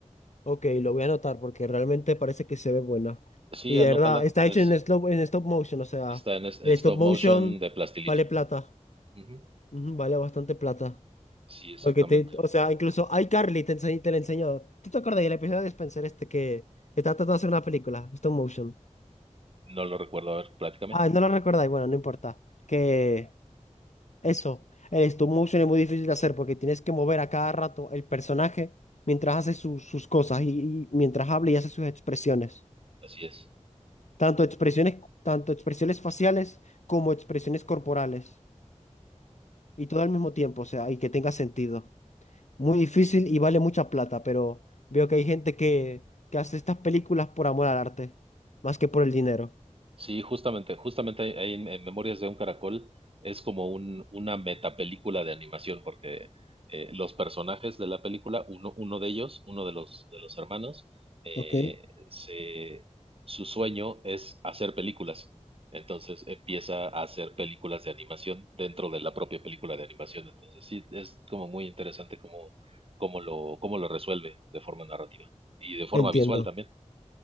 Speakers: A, on the left; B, on the right.
A: Ok, lo voy a anotar porque realmente parece que se ve buena.
B: Sí,
A: Y
B: anótala.
A: de verdad, está
B: Es,
A: hecho en stop, en stop motion, o sea,
B: está en es-
A: el stop
B: stop
A: motion
B: motion de plastilina.
A: vale plata.
B: Ujú.
A: Ujú, vale bastante plata.
B: Sí, exactamente.
A: Porque te, o sea, incluso iCarly te enseñó, te la enseñó. ¿Tú te acuerdas del episodio de Spencer este que está tratando de hacer una película, stop motion?
B: No lo recuerdo. A ver, platícame.
A: Ah, no lo recordáis, bueno, no importa. Que Eso, el stop motion es muy difícil de hacer porque tienes que mover a cada rato el personaje mientras hace su- sus cosas y, y mientras habla y hace sus expresiones.
B: Así es.
A: Tanto expresiones, tanto expresiones faciales como expresiones corporales. Y todo al mismo tiempo, o sea, y que tenga sentido. Muy difícil y vale mucha plata, pero veo que hay gente que, que hace estas películas por amor al arte, más que por el dinero.
B: Sí, justamente, justamente ahí ahí en, en Memorias de un Caracol es como un, una metapelícula de animación, porque eh, los personajes de la película, uno, uno de ellos, uno de los, de los hermanos, eh,
A: Ok.
B: se, su sueño es hacer películas. Entonces empieza a hacer películas de animación dentro de la propia película de animación. Entonces sí, es como muy interesante cómo, cómo lo, cómo lo resuelve de forma narrativa y de forma
A: Entiendo.
B: visual también.